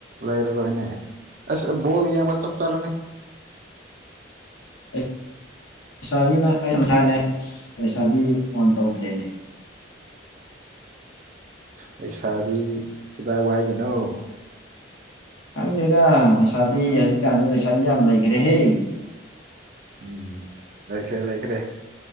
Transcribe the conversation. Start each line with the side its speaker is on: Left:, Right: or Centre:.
Right: ꯂꯩꯔꯔꯣꯏꯅꯦ꯫ ꯑꯁ ꯕꯣꯜ ꯌꯦꯡꯕ ꯆꯞ ꯆꯥꯔꯝꯃꯦ
Left: ꯑꯦ ꯂꯩꯁꯥꯕꯤꯅ ꯑꯩ ꯉꯁꯥꯏꯅ° ꯑꯁ ꯂꯩꯁꯥꯕꯤ ꯐꯣꯟ ꯇꯧꯗ꯭ꯔꯦꯅꯦ
Right: ꯂꯩꯁꯥꯕꯤ ꯀꯗꯥꯏꯋꯥꯏꯒꯤꯅꯣ
Left: ꯈꯪꯗꯦꯗꯥ ꯂꯩꯁꯥꯕꯤ ꯍꯧꯖꯤꯛꯀꯥꯟꯗꯤ ꯂꯩꯁꯥꯕꯤ ꯌꯥꯝ ꯂꯩꯒꯔ꯭ꯦꯍꯦ
Right: ꯎꯝ ꯂꯩꯈ꯭ꯔꯦ-ꯂꯩꯈ꯭ꯔꯦ